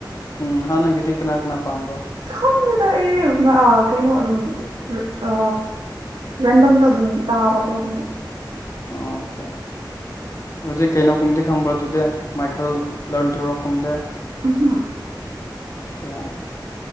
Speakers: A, on the left; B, on the right.
A: ꯎꯝ ꯍꯥꯟꯅꯒꯤꯗꯤ ꯀꯅꯥ ꯀꯅꯥ ꯄꯥꯝꯕ
B: ꯈꯪꯗꯦꯗ ꯑꯩꯗꯤ ꯑ ꯀꯩꯅꯣ ꯑꯗꯨꯝ ꯑ ꯔꯦꯟꯗꯝꯗꯣ ꯑꯗꯨꯝ ꯇꯥꯕꯀꯣ ꯑꯗꯨꯒꯤ
A: ꯑꯣ ꯑꯠꯆꯥ <unintelligible> ꯍꯧꯖꯤꯛ ꯀꯩꯅꯣꯒꯨꯝꯗꯤ ꯈꯪꯕ꯭ꯔꯗꯨꯗꯤ ꯃꯥꯏꯈꯜ <unintelligible> ꯒꯨꯝꯕꯗꯤ
B: <unintelligible>
A: ꯑꯆꯥ